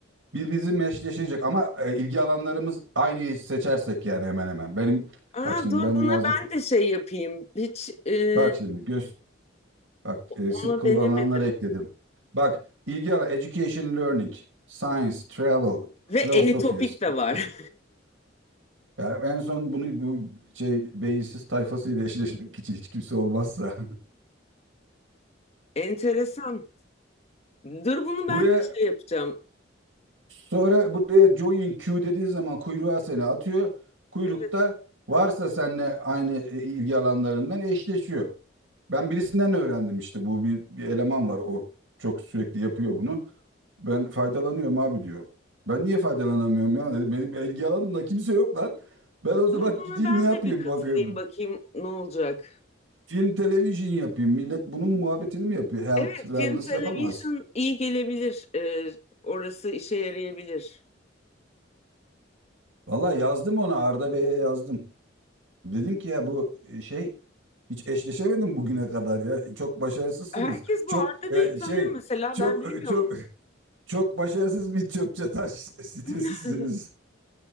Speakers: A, on the right; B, on the left.
A: birbirimizin eşleşecek ama e, ilgi alanlarımız aynı seçersek yani hemen hemen. Benim
B: Aa,
A: bak şimdi
B: dur
A: ben
B: buna
A: yazdık.
B: ben de şey yapayım. Hiç e,
A: Bak şimdi göz bak e,
B: onu
A: sık kullanılanları
B: denemedim.
A: ekledim. Bak ilgi alanı education learning, science, travel,
B: Ve
A: philosophy.
B: Anytopic
A: sp-
B: de var.
A: Yani en son bunu bu şey beyinsiz tayfasıyla eşleşmek için hiç kimse olmazsa.
B: <laughs> Enteresan. Dur bunu ben
A: <laughs>
B: de şey
A: Buraya
B: yapacağım.
A: Sonra buraya join queue dediği zaman kuyruğa seni atıyor. Kuyrukta
B: Evet.
A: varsa seninle aynı e, ilgi alanlarından eşleşiyor. Ben birisinden öğrendim işte bu bir, bir eleman var o çok sürekli yapıyor bunu. Ben faydalanıyorum abi diyor. Ben niye faydalanamıyorum ya dedi. Benim ilgi alanımda kimse yok lan. Ben o zaman
B: Dur buna
A: gideyim
B: ben
A: ne yapayım
B: de bir katılayım
A: bakayım.
B: bakayım ne olacak.
A: Film, televizyon yapayım. Millet bunun muhabbetini mi yapıyor? Health,
B: Evet,
A: wellness
B: film televizyon
A: yapamaz.
B: iyi gelebilir. E, orası işe yarayabilir.
A: Vallahi yazdım ona Arda Bey'e yazdım. Dedim ki ya bu e, şey hiç eşleşemedim bugüne kadar ya. Çok başarısızsınız.
B: Herkes
A: Çok
B: bu Arda
A: e,
B: Bey'i tanıyor
A: şey
B: mesela
A: çok
B: ben bilmiyorum.
A: e, çok çok başarısız bir çöp taş <laughs> sitesisiniz.
B: Hmm.